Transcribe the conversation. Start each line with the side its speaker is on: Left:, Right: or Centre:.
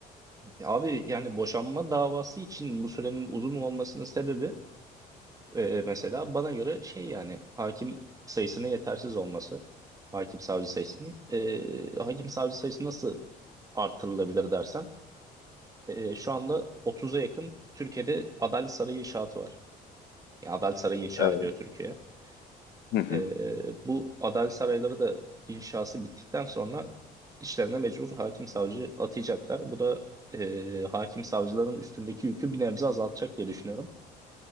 Right: abi yani boşanma davası için bu sürenin uzun olmasının sebebi e, mesela bana göre şey yani hakim sayısının yetersiz olması. Hakim savcı sayısının. E, hakim savcı sayısı nasıl artırılabilir dersen e, şu anda otuz'a yakın Türkiye'de Adalet Sarayı inşaatı var. Ya Adalet Sarayı inşa
Left: Evet.
Right: ediyor Türkiye.
Left: Hı hı.
Right: Ee, bu adalet sarayları da inşası bittikten sonra işlerine mecbur hakim savcı atayacaklar. Bu da e, hakim savcıların üstündeki yükü bir nebze azaltacak diye düşünüyorum.